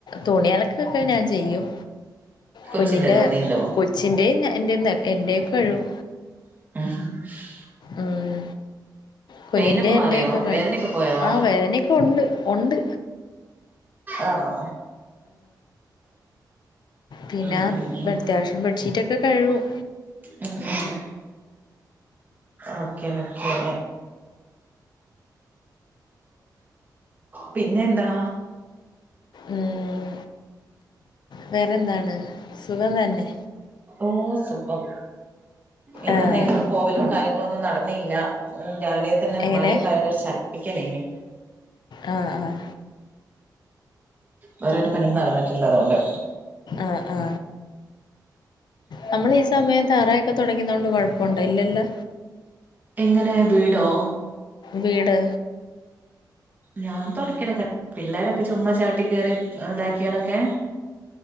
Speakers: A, on the left (about 75°); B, on the right (about 25°).
A: തുണി അലക്കൊക്കെ ഞാൻ ചെയ്യും
B: കൊച്ചിന്റെതും
A: കുഞ്ഞിൻ്റെ
B: നിന്റോ
A: കൊച്ചിന്റേം എന്റെ എന്റേം കഴ്കും
B: <inaudible>
A: ഉം കുഞ്ഞിന്റേം
B: പെയിനൊക്കെ
A: എൻ്റെയൊക്കെ
B: മാറിയോ
A: കഴ്
B: വേദനയൊക്കെ പോയോ
A: ആ വേദന പ്പൊണ്ട് ഒണ്ട്
B: ആണോ
A: പിന്ന
B: ഉം ഉം ഉം
A: അത്യാവശ്യം ബെഡ്ഷീറ്റൊക്കെ കഴുകും
B: ഉം ഉം ഓക്കെ ഓക്കേ പിന്നെന്താ
A: ഉം വേറെന്താണ് സുഖം തന്നെ
B: ഓ സുഖം ഇന്നൊന്നും
A: ആഹ്
B: എങ്ങട്ടും പോവലും കാര്യങ്ങളൊന്നും നടന്നീല്ല രാവിലെ തന്നെ
A: എങ്ങനെ
B: മഴയൊക്കായോണ്ടൊര് ചട്പ്പിക്കലേയ്ന്
A: ആ ആ
B: വേറൊരു പണീം നടന്ന്ട്ടില്ല അതോണ്ട്
A: ആ ആ നമ്മളീ സമയം തറയൊക്കെ തൊടക്യുന്നോണ്ട് കൊഴപ്പണ്ടോ ഇല്ലല്ലോ
B: എങ്ങനെ വീടോ
A: വീട്
B: ഞാൻ തൊടയ്ക്കലൊക്കെണ്ട് പിള്ളേരൊക്കെ ചുമ്മാ ചവിട്ടി കേറി ഇതാക്ക്യാലൊക്കെ